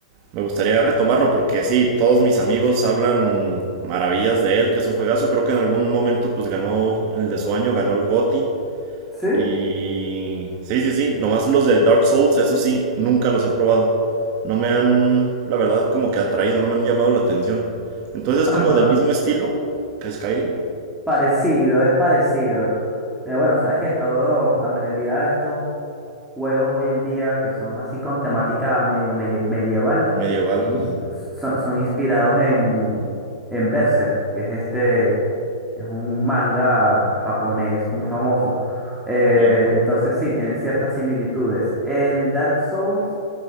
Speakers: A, on the right; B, in the centre.
A: me gustaría retomarlo porque sí, todos mis amigos hablan maravillas de él, que es un juegazo, creo que en algún momento pues ganó el de su año, ganó el GOTY,
B: ¿Sí? <laughs>
A: y sí, sí, sí, nomás los de Dark Souls, eso sí, nunca los he probado. No me han, la verdad, como que atraído, no me han llamado la atención. Entonces
B: Ah,
A: es como
B: bueno,
A: del mismo estilo que Skyrim,
B: parecido, es parecido. Eh, bueno, sabes que todos, la mayoría de estos juegos hoy en día que son así con temática medio meye- medieval
A: medieval.
B: son,
A: Ajá.
B: ins- son, son inspirados en, en Berserk, que es este, es un manga japonés muy famoso. Eh,
A: Ok.
B: entonces sí, tienen ciertas similitudes. El Dark Souls